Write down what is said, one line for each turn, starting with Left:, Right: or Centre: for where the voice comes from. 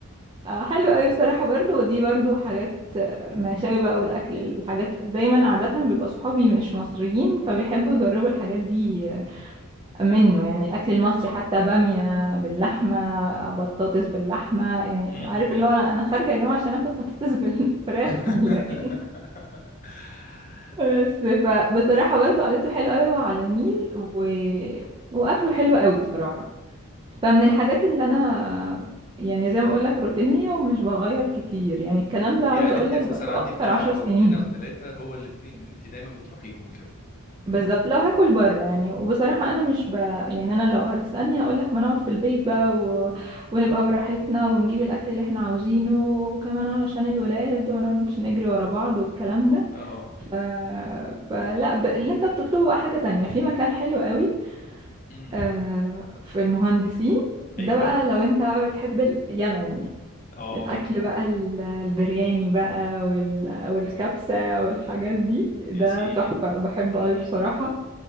Right: آه، حلو قوي بصراحة برضو ودي برضو حاجات آه، مشاوي بقى والأكل الحاجات دايما عادة بيبقى صحابي مش مصريين فبيحبوا يجربوا الحاجات دي آه، منه يعني الأكل المصري حتى بامية باللحمة آه، بطاطس باللحمة يعني
Left: امم
Right: عارف اللي هو أنا أنا خارجة يا جماعة عشان آكل بطاطس بالفراخ
Left: <laughs>
Right: <laughs> ولا إيه بس فبصراحة برضو عادته حلوة قوي هو على النيل و... وأكله حلو قوي بصراحة فمن الحاجات اللي انا يعني زي ما اقول لك روتينية ومش بغير كتير يعني الكلام ده عاوز
Left: يعني
Right: اقول
Left: انت
Right: لك
Left: اساسا
Right: بقاله
Left: عندك
Right: اكتر
Left: مطعم
Right: عشر
Left: او
Right: سنين
Left: اتنين او تلاتة هو اللي بت- اللي انت دايما بتروحيهم وكده
Right: بالظبط لو هاكل بره يعني وبصراحة انا مش ب... يعني انا لو هتسألني اقول لك ما نقعد في البيت بقى و... ونبقى براحتنا ونجيب الاكل اللي احنا عاوزينه وكمان علشان الولاد ونقعد نجري ورا بعض والكلام ده
Left: اه
Right: ف... فلا ب... اللي انت بتطلبه بقى حاجة تانية في مكان حلو قوي
Left: امم
Right: آه، في المهندسين
Left: ايوه
Right: ده بقى لو انت بقى بتحب اليمني
Left: اه
Right: الأكل بقى ال- البرياني بقى وال... والكبسة والحاجات دي ده
Left: يا سيدي
Right: تحفة بحب
Left: امم
Right: أوي
Left: امم،
Right: بصراحة
Left: امم.